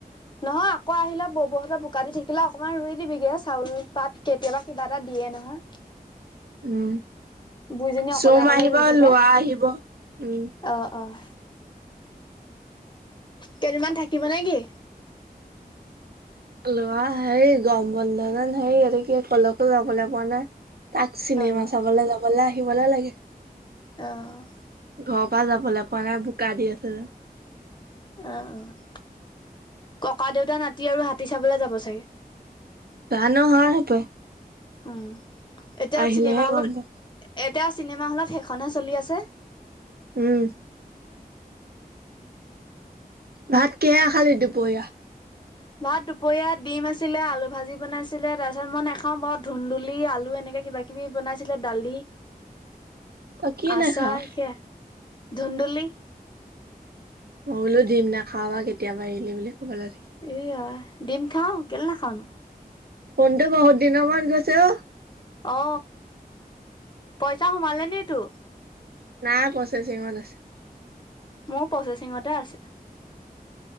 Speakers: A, on the left; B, on the right.
A: নহয় আকৌ আহিলে বৌ -বৌ হতৰ বোকা দি থাকিলে অকমান ৰুই দিবিগে চাউল পাত। কেতিয়াবা কিবা এটা দিয়ে নহয়।
B: উম,
A: বুঢ়ীজনী
B: চুম
A: অকলে অকলে
B: আহিব
A: ৰুই থাকে।
B: লোৱা আহিব উম।
A: অ', অ', কেইদিনমান থাকিব নে কি?
B: ল'ৰা হেই গমৰ বন্ধ জেন হেই ইয়াতে কি অকলে -অকলে লবলে পোৱা নাই। তাক চিনেমা
A: অ' অ'
B: চাবলৈ যাবলৈ আহিবলে লাগে।
A: অ'
B: ঘৰৰ পৰা যাবলে পোৱা নাই বোকা দি আছে যে।
A: অ', অ', ককা দেউতা নাতি আৰু হাতী চাবলে যাব চাগে।
B: জানো হয় পাই।
A: উম, এতিয়া
B: আহিলেহে
A: চিনেমা হলত
B: গম পাম
A: এতিয়া চিনেমা হলত সেইখনহে চলি আছে।
B: উম, ভাত কেহেৰে খালি দুপৰীয়া?
A: ভাত দুপৰীয়া ডিম আছিলে আলু ভাজি বনাইছিলে তাৰপিছত মই নেখাও বৰত ধুন্দুলি, আলু এনেকে কিবা কিবি বনাইছিলে দালি
B: <unintelligible> তই কি
A: আচাৰ
B: নাখাৱ?
A: সেয়া ধুন্দুলি।
B: মই বোলো দিম না খাব বা, কেতিয়াবা এৰিলি বুলি ক'ব লি
A: এইয়া ডিম খাওঁ কেলে নাখাওঁ ন'।
B: ফনটো বহুত দিনৰ মূৰত গৈছে অ।
A: অ, পইচা সোমালে নি তো?
B: নাই প্ৰচেচিঙত আছে।
A: মোৰ প্ৰচেচিঙতে আছে।